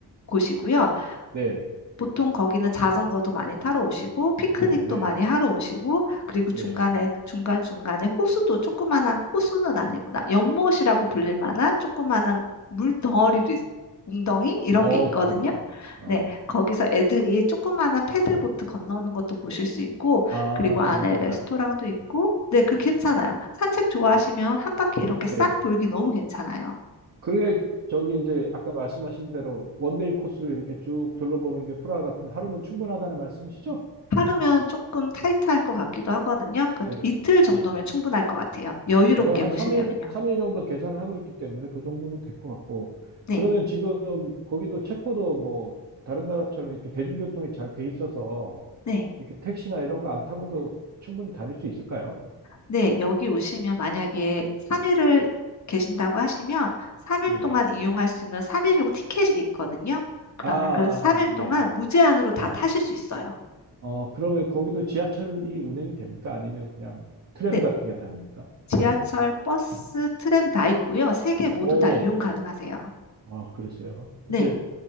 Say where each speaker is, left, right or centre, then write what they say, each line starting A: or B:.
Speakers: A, on the left (about 45°); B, on the right (about 45°).
A: 곳이고요.
B: 네,
A: 보통 거기는 자전거도 많이 타러 오시고, 피크닉도
B: 네, 네,
A: 많이 하러 오시고, 그리고 중간에,
B: 예.
A: 중간중간에 호수도 조그마한, 호수는 아니구나. 연못이라고 불릴 만한 조그마한 물덩어리도, 있- 웅덩이? 이런
B: 어,
A: 게 있거든요.
B: 그래요? 어,
A: 네, 거기서 애들이 조그마한 패들보트 건너오는 것도 보실 수 있고,
B: 아,
A: 그리고 안에
B: 재밌겠다.
A: 레스토랑도 있고,
B: 네,
A: 네, 그 괜찮아요. 산책 좋아하시면
B: 음.
A: 한 바퀴 이렇게
B: 네.
A: 싹 돌기 너무 괜찮아요.
B: 그게 저기 이제 아까 말씀하신 대로 원데이 코스로 이렇게 쭉 둘러보는 게 프라하 같은 거 하루면 충분하다는 말씀이시죠?
A: 하루면 조금 타이트할 것 같기도 하거든요. 그러니까
B: 네.
A: 이틀
B: 아,
A: 정도면 충분할 것 같아요.
B: 어,
A: 여유롭게
B: 제가 한
A: 보시려면요.
B: 3일, 삼일 정도 계산을 하고 있기 때문에 그 정도면 될 것 같고,
A: 네,
B: 그러면 지금 거기도 체코도 뭐 다른 나라처럼 이렇게 대중교통이 잘 돼 있어서
A: 네,
B: 이렇게 택시나 이런 거 안 타고도 충분히 다닐 수 있을까요?
A: 네. 여기 오시면 만약에 3일을 계신다고 하시면 3일
B: 예.
A: 동안 이용할 수 있는 3일용 티켓이 있거든요. 그러면
B: 아, 아,
A: 그 3일
B: 아,
A: 동안
B: 예.
A: 무제한으로 다 타실 수 있어요.
B: 어, 그러면 거기도 지하철이 운행이 됩니까? 아니면 그냥 트램
A: 네,
B: 같은 게 다닙니까?
A: 지하철, 버스, 트램 다 있고요. 세 개 모두
B: 오,
A: 다 이용 가능하세요.
B: 아, 그러세요. 근데
A: 네,